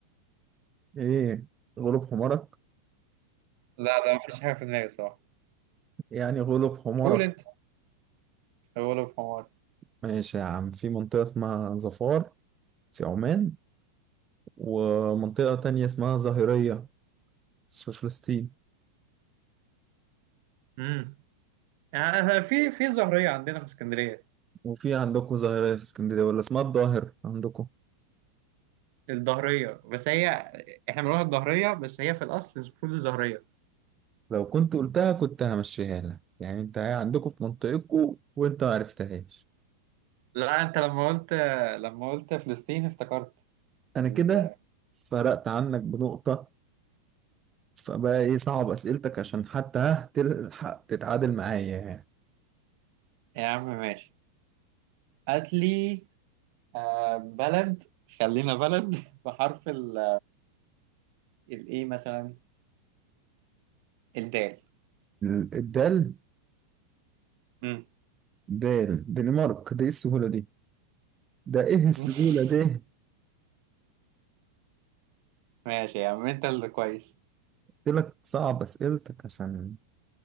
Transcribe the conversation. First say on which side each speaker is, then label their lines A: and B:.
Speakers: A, on the right; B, on the right.
A: إيه غلب حمارك
B: لا لا مفيش حاجة في دماغي الصراحة
A: يعني غلب حمارك
B: قول أنت أول في حمار
A: ماشي يا عم في منطقة اسمها ظفار في عمان ومنطقة تانية اسمها ظاهرية في فلسطين
B: امم آه، في في ظاهرية عندنا في اسكندرية
A: وفي عندكم ظاهرية في اسكندرية ولا اسمها الظاهر عندكم
B: الظهرية بس هي احنا بنقولها الظهرية بس هي في الأصل المفروض الظهرية
A: لو كنت قلتها كنت همشيها لك يعني انت عندكم في منطقتكم وانت ما عرفتهاش
B: لا أنت لما قلت لما قلت فلسطين افتكرت
A: انا
B: ال...
A: كده فرقت عنك بنقطة فبقى ايه صعب اسئلتك عشان حتى ها تلحق تتعادل معايا يعني
B: يا عم ماشي هات لي آه بلد خلينا بلد <laughs> بحرف ال الايه مثلا الدال
A: ال- الدال
B: مم.
A: دال دنمارك دي إيه السهولة دي ده ايه السهولة
B: <laughs>
A: دي
B: ماشي يا عم انت اللي كويس
A: قلت لك صعب اسئلتك عشان